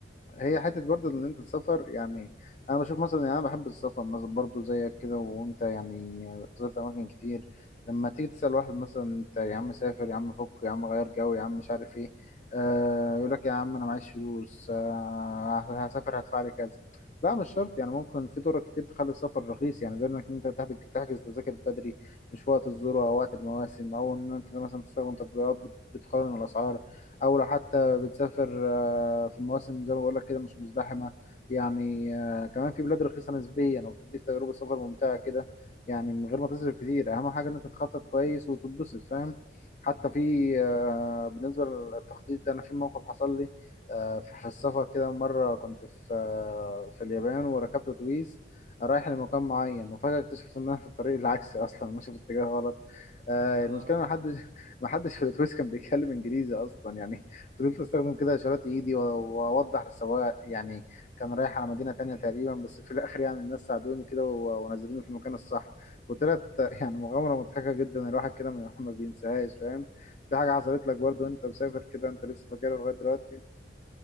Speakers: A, on the left; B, on the right.
A: هي حته برضه ان انت تسافر يعني انا بشوف مثلا يعني انا بحب السفر مثلا برضه زيك كده وانت يعني زرت اماكن كتير لما تيجي تسال واحد مثلا انت يا عم سافر يا عم فك يا عم غير جو يا عم مش عارف ايه آه
B: اه
A: يقول لك يا عم انا معيش فلوس آه هسافر هدفع لي كذا لا مش شرط يعني ممكن في طرق كتير تخلي السفر رخيص يعني زي انك انت تحجز تحجز تذاكر بدري مش في وقت الذروه او وقت المواسم او ان انت مثلا تستخدم تطبيقات بت- بتقارن الاسعار او لو حتى بتسافر آه، في مواسم زي ما بقول لك كده مش مزدحمه يعني آه، كمان في بلاد رخيصه نسبيا وبتديك تجربه سفر ممتعه كده يعني من غير ما تصرف كتير اهم حاجه ان انت تخطط كويس وتتبسط فاهم حتى في آه، بالنسبه للتخطيط ده انا في موقف حصل لي آه، في في السفر كده مره كنت في آه، في اليابان وركبت اتوبيس رايح لمكان معين وفجأة اكتشفت ان انا في الطريق <laughs> العكسي اصلا ماشي في اتجاه غلط آه
B: يا نهار
A: المشكله
B: أبيض
A: ان حد <laughs> ما حدش في الاتوبيس كان بيتكلم انجليزي اصلا يعني <laughs> فضلت استخدم كده اشارات ايدي و- واوضح للسواق يعني كان رايح على مدينه تانية تقريبا بس في الاخر يعني الناس ساعدوني كده و- ونزلوني في المكان الصح وطلعت <laughs> يعني مغامره مضحكه جدا الواحد كده ما <laughs> ما بينساهاش فاهم في حاجه حصلت لك برضو وانت مسافر كده انت لسه فاكرها لغايه دلوقتي